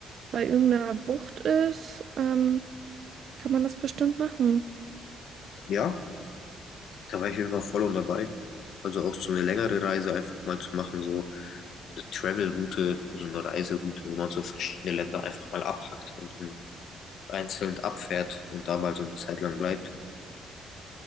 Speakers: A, on the right; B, on the left.
A: bei irgendeiner Bucht ist, ähm, kann man das bestimmt machen.
B: Ja, da war ich jetzt noch voll und dabei. Also auch so eine längere Reise einfach mal zu machen, so eine Travel-Route, so eine Reiseroute, wo man so verschiedene Länder einfach mal abhackt und dann einzeln abfährt und da mal so eine Zeit lang bleibt.